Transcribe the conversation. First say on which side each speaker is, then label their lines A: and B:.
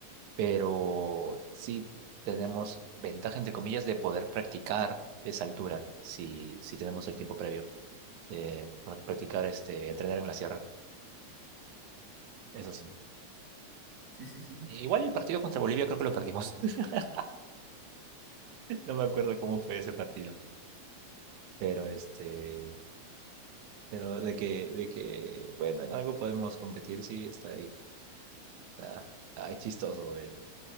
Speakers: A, on the right; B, on the right.
A: pero sí tenemos ventaja, entre comillas, de poder practicar esa altura si, si tenemos el tiempo previo de practicar, este, entrenar en la sierra. Eso sí.
B: Sí, sí, sí.
A: Igual el partido contra Bolivia creo que lo perdimos. <laughs> No me acuerdo cómo
B: Mm.
A: fue ese partido, pero este, pero de que, de que, bueno, en algo podemos competir, sí, está ahí. Ah, ay, chistoso, güey.